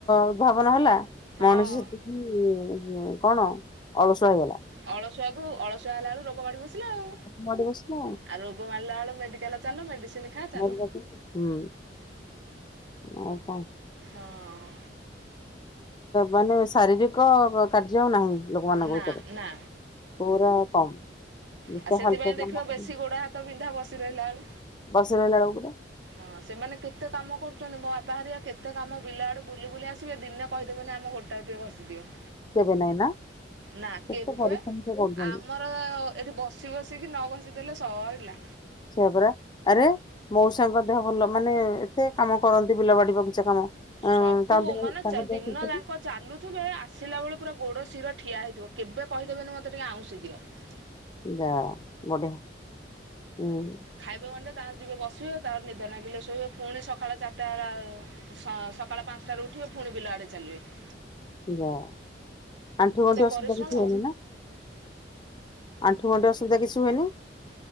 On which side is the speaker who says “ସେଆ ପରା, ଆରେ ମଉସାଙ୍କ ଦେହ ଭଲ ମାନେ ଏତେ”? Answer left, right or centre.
Left